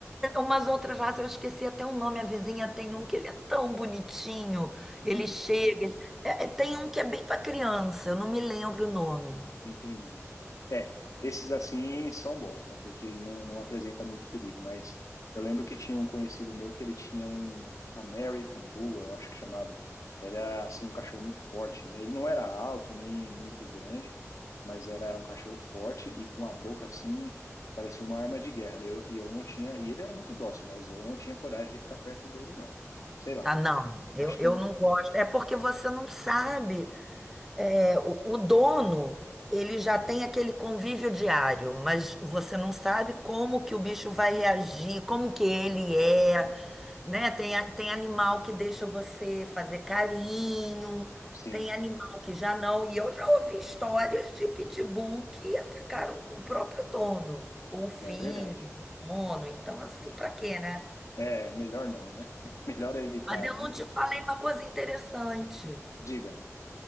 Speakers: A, in the centre; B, on the left.
A: Umas outras raças, eu esqueci até o nome, a vizinha tem um que ele é tão bonitinho, ele
B: Hum.
A: chega, ele- é, é, tem um que é bem para criança, eu não me lembro o nome.
B: Entendi. É, esses assim são bons, né? Porque não, não apresenta muito perigo, mas eu lembro que tinha um conhecido meu que ele tinha um American Bull, eu acho que chamava. Era assim um cachorro muito forte, né? Ele não era alto nem muito grande, mas era um cachorro forte e com a boca assim, que parecia uma arma de guerra, né? Eu- E eu, não tinha, e ele era muito dócil, mas eu não tinha coragem de ficar perto dele, não. Sei lá.
A: Ah, não, eu,
B: Acho que
A: eu
B: um-
A: não gosto. É porque você não sabe, é, o, o dono, ele já tem aquele convívio diário, mas você não sabe como que o bicho vai reagir, como que ele é. né? Tem, a- tem animal que deixa você fazer carinho,
B: sim,
A: tem animal que já não. E eu já ouvi histórias de pitbull que atacaram o próprio dono, ou o filho
B: é verdade.
A: do dono. Então, assim, pra quê, né?
B: É, melhor não, né? <laughs> Melhor é evitar,
A: Mas eu
B: né?
A: não te falei uma coisa interessante.
B: Diga.